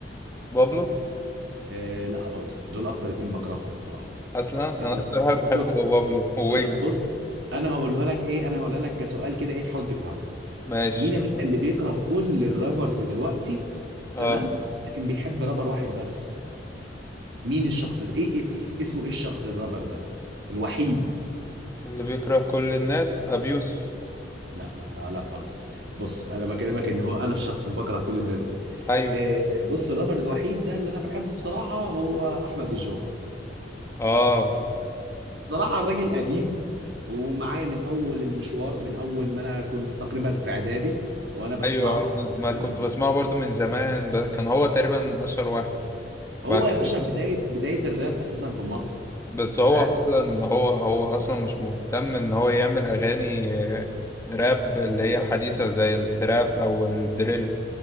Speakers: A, on the left; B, on the right.
A: بابلو
B: إيه لا برضه دول اكتر اتنين بكرههم بصراحه
A: اصلا انا
B: إيه،
A: اكتر واحد بحبه
B: بص
A: هو بابلو وويجز
B: طب بص انا هقولها لك ايه انا هقولها لك كسؤال كده ايه تحاول تفهمه
A: ماشي
B: مين يا باشا اللي بيكره كل الرابرز دلوقتي
A: اه
B: تمام لكن بيحب رابر واحد بس مين الشخص ده ايه, إيه اسمه ايه الشخص الرابر ده الوحيد
A: اللي بيكره كل الناس ابي يوسف
B: لا لا لا لا برضه بص انا بكلمك ان هو انا الشخص اللي بكره كل الناس دي
A: ايوه
B: آه، بص الرابر الوحيد ده اللي انا بحبه بصراحة هو احمد الجوكر
A: اه
B: صراحة الراجل قديم ومعايا من أول المشوار من أول ما أنا كنت تقريبا في إعدادي وأنا بسمعه
A: ايوه آه، ما ما
B: تمام
A: كنت بسمعه برضو من زمان ب... كان هو تقريبا اشهر واحد
B: هو
A: بعد
B: يا
A: كده
B: باشا بداية بداية الراب أساسا في مصر
A: بس هو
B: فاهم
A: اصلا هو هو اصلا مش مهتم ان هو يعمل اغاني آه، راب اللي هي الحديثة زي التراب او الدريل